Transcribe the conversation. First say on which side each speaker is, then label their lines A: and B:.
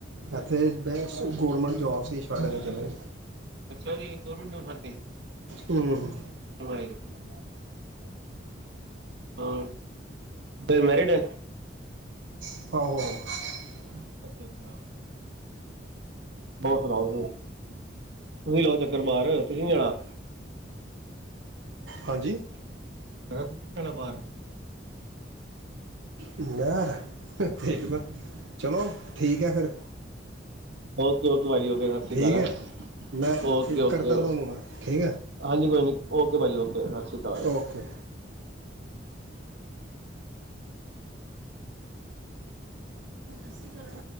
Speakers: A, on the right (about 80°); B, on the right (about 70°).
A: ਇੱਥੇ ਗੌਰਮੈਂਟ ਜੋ ਅਸੀਂ ਛੱਡ ਕੇ ਚਲੇ,
B: ਅੱਛਾ ਜੀ ਦੋ ਮਿੰਟ ਖੜਜੋ, ਤੇ,
A: ਹੂੰ,
B: <unintelligible> ਹੋਰ ਤੇ ਮੈਰਿਡ ਐ?
A: <unintelligible>
B: ਅੱਛਾ, ਅੱਛਾ, ਹੋ ਸੁਣਾਓ ਤੁਸੀਂ ਤੁਸੀਂ ਲਾਓ ਚੱਕਰ ਬਾਹਰ ਤੁਸੀਂ ਜਾਣਾ?
A: ਹਾਂਜੀ,
B: ਮੈਂ ਕਿਹਾ ਤੁਸੀਂ ਨਹੀਂ ਆਣਾ ਬਾਹਰ
A: ਮੈਂ, ਵੇਖਦਾ, ਚਲੋ ਠੀਕ ਹੈ ਫਿਰ
B: ਓਕੇ ਓਕੇ ਭਾਜੀ ਓਕੇ ਸਤਿ ਸ਼੍ਰੀ
A: ਠੀਕ
B: ਅਕਾਲ ਹੈਂ
A: ਹੈ ਮੈਂ
B: ਓਕੇ ਓਕੇ
A: ਕਰਦਾ ਤੁਹਾਨੂੰ ਮੈਂ ਠੀਕ ਹੈ
B: ਹਾਂਜੀ ਕੋਈ ਨਹੀਂ ਓਕੇ ਭਾਜੀ ਓਕੇ ਸਤਿ ਸ਼੍ਰੀ ਅਕਾਲ
A: ਓਕੇ, ਤੁਸੀਂ ਕਰਨਾ